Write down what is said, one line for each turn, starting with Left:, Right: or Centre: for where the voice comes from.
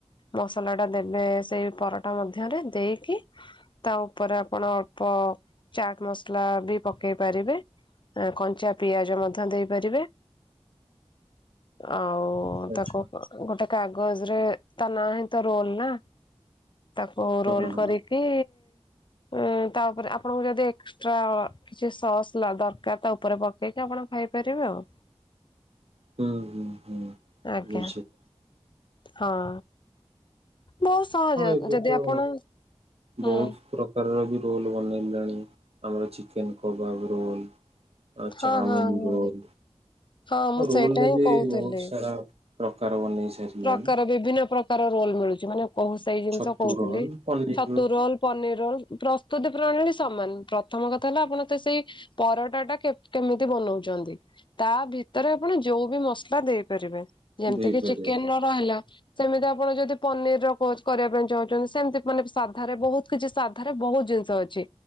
Left: ମସଲା ଟା ଦେବେ ସେଇ ପରଟା ମଧ୍ୟରେ। ଦେଇକି ତା ଉ ଉପରେ ଆପଣ ଅଳ୍ପ ଚାଟ୍ ମସଲା ବି ପକେଇ ପାରିବେ। କଞ୍ଚା ପିଆଜ ମଧ୍ୟ ଦେଇପାରିବେ। ଆଉ ଓ
Right: ଆଚ୍ଛା
Left: ତାକୁ ଗୋଟେ କାଗଜ୍ ରେ ତା ନାଁ ହିଁ ତ ରୋଲ ନା। ତାକୁ
Right: ହଁ
Left: ରୋଲ
Right: ହଁ
Left: କରିକି ଉ ତାପରେ ଆପଣଙ୍କୁ ଯଦି ଏକ୍ସଟ୍ରା କିଛି ସସ୍ ଦରକାର। ତା ଉପରେ ପକେଇକି ଆପଣ ଖାଇପାରିବେ ଆଉ,
Right: ହୁଁ ହୁଁ ହୁଁ।
Left: ଆଜ୍ଞା।
Right: ବୁଝିଲି
Left: ହଁ। ବହୁତ ସହଜ
Right: ହଁ, ଏବେ
Left: ଯଦି
Right: ତ
Left: ଆପଣ ହଁ
Right: ବହୁତ ପ୍ରକାରର ବି ରୋଲ ବନେଇଲେଣି। ଆମର ଚିକେନ କବାବ ରୋଲ ଆଉ
Left: ହଁ
Right: ଚାଉମିନ
Left: ହଁ ହଁ
Right: ରୋଲ,
Left: ହଁ
Right: ଆଉ
Left: ମୁଁ
Right: ରୋଲ
Left: ସେଇଟା ହିଁ
Right: ବି
Left: କହୁଥିଲି।
Right: ବହୁତ ସାରା ପ୍ରକାର ବନେଇ ସାରିଲାଣି
Left: ପ୍ରକାର ବିଭିନ୍ନ ପ୍ରକାର ରୋଲ ମିଳୁଛି ମାନେ କହୁ ସେଇ ଜିନିଷ
Right: ଛତୁ
Left: କହୁଥିଲି।
Right: ରୋଲ ପନିର
Left: ଛତୁ ରୋଲ, ପନିର ରୋଲ ପ୍ରସ୍ତୁତି ପ୍ରଣାଳୀ ସମାନ ପ୍ରଥମ କଥା ହେଲା ଆପଣ ତ ସେଇ ପରଟା ଟା କେ କେମିତି ବନଉଛ ଛନ୍ତି? ତା ଭିତରେ ଆପଣ ଯୋଉ ବି ମସଲା ଦେଇପାରିବେ, ଓ ଯେମିତି
Right: ଦେଇପାରିବେ
Left: କିି ଚିକେନ ର ରହିଲା। ସେମିତି ଆପଣ ଯଦି ପନିର ର କର କରିବା ପାଇଁ ଚାହୁଁଛନ୍ତି ସେମିତି ମାନେ ସାଧାରେ ବହୁତ କିଛି ସାଧାରେ ବହୁତ ଜି ଜିନିଷ ଅଛି,